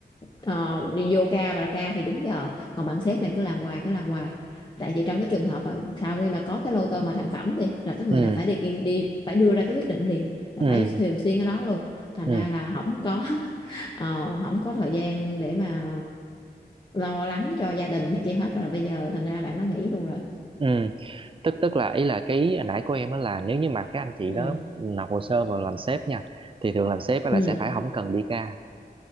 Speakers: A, on the left; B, on the right.
A: Ờ, đi vô ca và ra ca thì đúng giờ còn bạn sếp này cứ làm hoài cứ làm hoài tại vì trong cái trường hợp mà sau khi mà có cái lô tô mà thành phẩm thì là cái người
B: ừ
A: này phải đi đi phải đưa ra cái quyết định liền là
B: ừ
A: phải
B: ừ
A: thường xuyên ở đó luôn thành
B: ừ
A: ra
B: ừ, ừ,
A: là không có <laughs> uh, không có thời gian để mà lo lắng cho gia đình này kia hết rồi bây giờ thành ra bạn nó nghỉ luôn rồi
B: ừ. tức tức là ý là cái ý nãy của em á là nếu như mà các anh chị
A: ừ
B: đó nộp hồ sơ vào làm sếp nha thì thường làm sếp á
A: ừ
B: là sẽ phải không cần đi ca